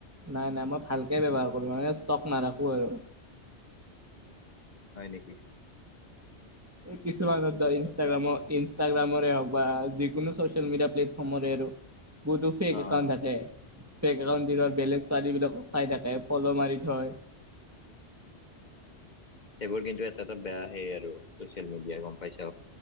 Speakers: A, on the right; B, on the left.
A: নাই নাই মই ভালকে ব্যৱহাৰ কৰো মানে ষ্টক নাৰাখো আৰু
B: হয় নেকি?
A: এই কিছুমানত
B: ভালকে ব্যৱহাৰ
A: ধৰ ইনষ্টাগ্ৰামত ইনষ্টাগ্ৰামৰে হওক বা যিকোনো চচিয়েল মিডিয়া প্লেটফৰ্মৰে আৰু বহুতো ফেক
B: অ অ
A: একাউন্ট থাকে ফেক একাউট দি ৰহ বেলেগ -ছোৱালী বিলাকক চাই থাকে ফল' মাৰি থয়।
B: সেইবোৰ কিন্তু এটা -এটা বেয়া হেই আৰু চ ছচিয়েল মিডিয়াই গম পাইছা।